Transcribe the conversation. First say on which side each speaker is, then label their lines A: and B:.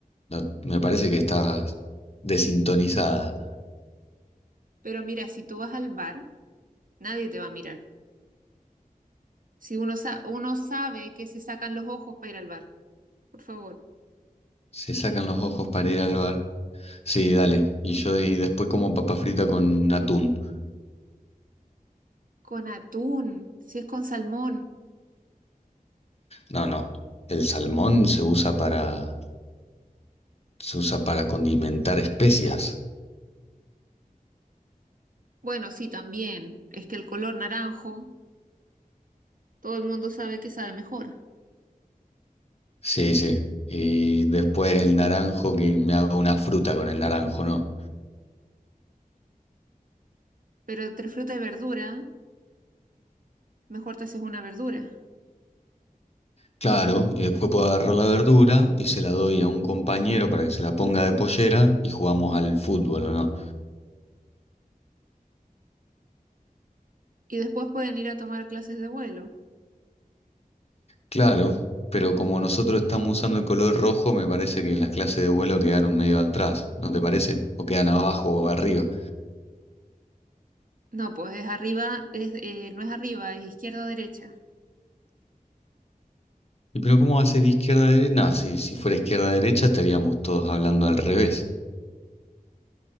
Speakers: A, on the left; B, on the right.
A: no, me parece que estás desintonizada.
B: Pero mira, si tú vas al bar, nadie te va a mirar. Si uno, sa- uno sabe que se sacan los ojos para ir al bar, por favor.
A: Se sacan los ojos para ir al bar. Sí, dale. Y yo y después como papa frita con atún.
B: Con atún, si es con salmón.
A: No, no. El salmón se usa para se usa para condimentar especias.
B: Bueno, sí, también. Es que el color naranjo, todo el mundo sabe que sabe mejor.
A: Sí, sí. Y después el naranjo que me hago una fruta con el naranjo, ¿no?
B: Pero entre fruta y verdura, mejor te haces una verdura.
A: Claro, y después puedo agarrar la verdura y se la doy a un compañero para que se la ponga de pollera y jugamos al fútbol, ¿o no?
B: Y después pueden ir a tomar clases de vuelo.
A: Claro, pero como nosotros estamos usando el color rojo, me parece que las clases de vuelo quedaron medio atrás, ¿no te parece? O quedan abajo o arriba.
B: No, pues es arriba, es, eh, no es arriba, es izquierda o derecha.
A: ¿Y pero cómo va a ser izquierda-derecha? Nah, si, si fuera izquierda-derecha estaríamos todos hablando al revés.